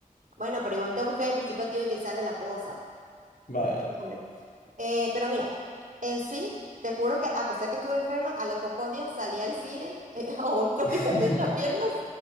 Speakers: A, on the right; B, on the left.
A: Bueno, pero igual te buscas el principio activo y te sale la cosa.
B: <laughs>
A: Digo,
B: Va.
A: "No, hombre". Eh, pero mira, en sí, te juro que a pesar que estuve enferma, a los pocos días salí al cine, eh, <laughs> aún con
B: <laughs>
A: picazón en las piernas,